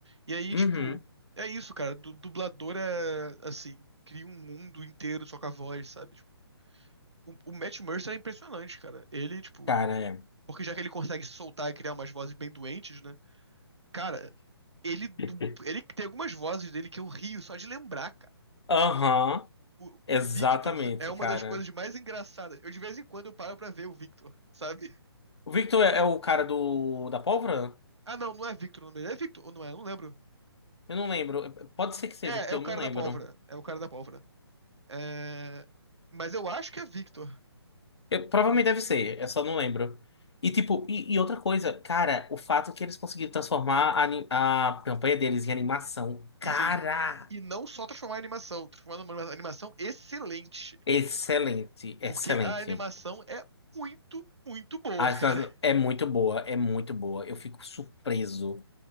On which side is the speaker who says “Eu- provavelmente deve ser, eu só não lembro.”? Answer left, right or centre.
Left